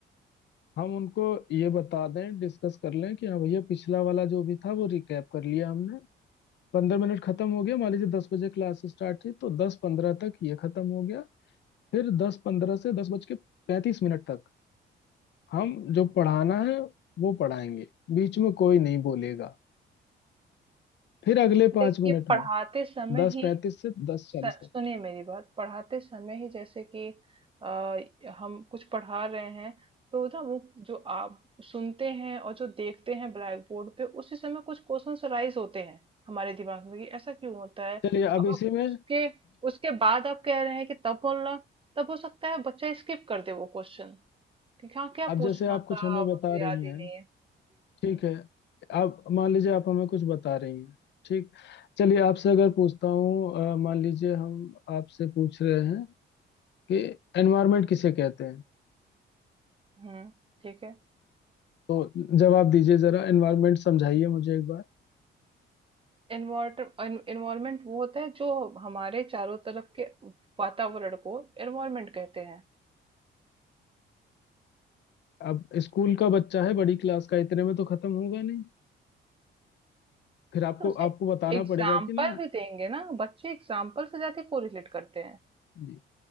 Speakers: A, on the left; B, on the right.
A: हम उनको ये बता दें डिस्कस कर लें कि हाँ भैया पिछला वाला जो भी था वो रिकैप कर लिया हमने पंद्रह मिनट खत्म हो गया मान लीजिए दस बजे क्लास स्टार्ट थी तो दस पंद्रह तक ये खत्म हो गया फिर दस पंद्रह से दस बज के पैंतीस मिनट तक हम जो पढ़ाना है वो पढ़ाएंगे बीच में कोई नहीं बोलेगा फिर अगले पाँच
B: देखिए
A: मिनट
B: पढ़ाते
A: में
B: समय
A: दस
B: ही
A: पैंतीस से दस चालीस
B: स-
A: तक
B: सुनिए मेरी बात पढ़ाते समय ही जैसे कि आ, हम कुछ पढ़ा रहे हैं तो ना वो जो आप सुनते हैं और जो देखते हैं ब्लैक बोर्ड पे उसी समय कुछ क्वेश्चंस राइज होते हैं हमारे दिमाग में कि ऐसा क्यों होता है
A: चलिए अब
B: अब
A: इसी
B: आप
A: में
B: उसके उसके बाद आप कह रहे हैं कि तब बोलना तब हो सकता है बच्चा स्किप कर दे वो क्वेश्चन कि हाँ क्या
A: अब
B: पूछना
A: जैसे आप कुछ
B: था
A: हमें बता
B: मुझे याद
A: रही
B: ही
A: हैं
B: नहीं है
A: ठीक
B: हम्म
A: है आप मान लीजिए आप हमें कुछ बता रही हैं ठीक चलिए आपसे अगर पूछता हूँ अ, मान लीजिए हम आपसे पूछ रहे हैं कि एनवायरनमेंट किसे कहते हैं
B: हम्म ठीक है
A: तो जवाब दीजिए जरा एनवायरनमेंट समझाइए मुझे एक बार
B: एनवाट एन, एनवायरमेंट वो होता है जो हमारे चारों तरफ के वातावरण को एनवायरमेंट कहते हैं
A: अब स्कूल का बच्चा है बड़ी क्लास का इतने में तो खत्म होगा नहीं फिर आपको
B: नहीं तो उसे
A: आपको बताना
B: एग्जाम्पल
A: पड़ेगा कि ना
B: भी देंगे ना बच्चे एग्जाम्पल से ज्यादा कोरिलेट करते हैं
A: जी